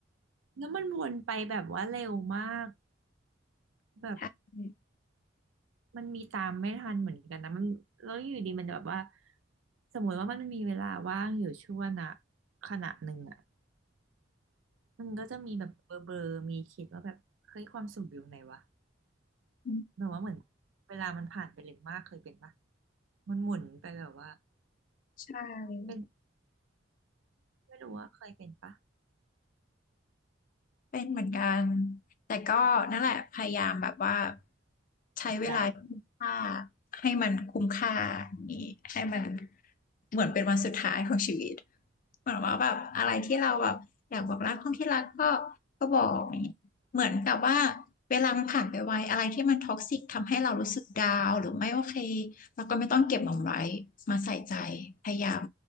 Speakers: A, on the right (about 80°); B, on the left (about 45°).
A: แล้วมันวนไปแบบว่าเร็วมากแบบ
B: ใช่อ
A: มันมีตามไม่ทันเหมือนกันนะมันแล้วอยู่ดีมันแบบว่าสมมติว่ามันมีเวลาว่างอยู่ช่วงนะขณะหนึ่งอะมันก็จะมีแบบเบลอๆมีคิดว่าแบบเฮ้ยความสุขอยู่ไหนวะ
B: ืม
A: แบบว่าเหมือนเวลามันผ่านไปเร็วมากเคยเป็นปะมันหมุนไปแบบว่า
B: ใช่
A: เป็นไม่รู้ว่าเคยเป็นปะ
B: เป็นเหมือนกัน แต่ก็นั่นแหละพยายามแบบว่าใช้เวลาที่มีค่า
A: ใจ
B: ให้มันคุ้มค่าอย่างนี้ให้มันเหมือนเป็นวันสุดท้ายของชีวิตเหมือนว่าแบบอะไรที่เราแบบอยากบอกรักคนที่รักก็ก็บอกอย่างนี้เหมือนกับว่าเวลามันผ่านไปไวอะไรที่มันท็อกซิกทำให้เรารู้สึกดาวน์หรือไม่โอเคเราก็ไม่ต้องเก็บมันไว้มาใส่ใจพยายาม